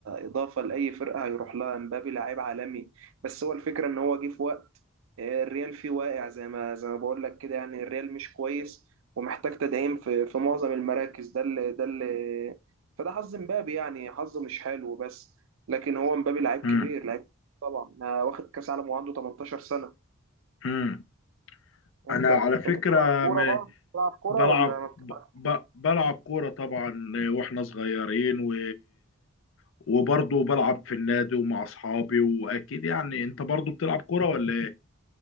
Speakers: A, on the right; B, on the left.
A: اضافه لاي فرقه هيروح لها امبابي لعيب عالمي بس هو الفكره ان هو جه في وقت آه، الريال فيه واقع زي ما زي ما بقول لك كده يعني الريال مش كويس ومحتاج تدعيم في في معظم المراكز ده اللي ده اللي فده حظ امبابي يعني حظه مش حلو بس لكن هو امبابي لعيب
B: مم.
A: كبير لعيب طبعا آه، واخد كاس عالم وعنده 18 سنه
B: مم.
A: انت
B: انا على فكره
A: انت بتلعب كوره
B: م-
A: بقى بتلعب كوره
B: بلعب
A: ولا ما بتلعبش
B: ب- ب- بلعب كوره طبعا واحنا صغيرين و... وبرضه بلعب في النادي ومع اصحابي واكيد يعني انت برضه بتلعب كوره ولا ايه